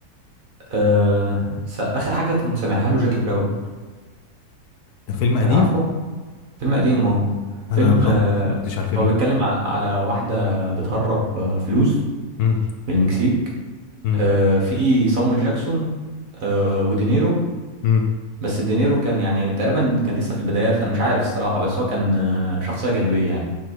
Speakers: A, on the right (about 55°); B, on the left (about 70°).
A: أه... س... اخر حاجه كنت سامعها له جاكي براون
B: ده فيلم قديم
A: أه عارفه فيلم قديم اه فيلم
B: انا ما
A: أه...
B: اتفرجتش على الفيلم
A: هو بيتكلم
B: ده
A: ع... على واحده بتهرب آه، فلوس
B: امم
A: من المكسيك
B: امم
A: آه، في صامويل جاكسون آه، ودينيرو
B: امم
A: بس دينيرو كان يعني تقريبا كان لسه في البدايات انا مش عارف الصراحة بس هو كان آه، شخصية جانبية يعني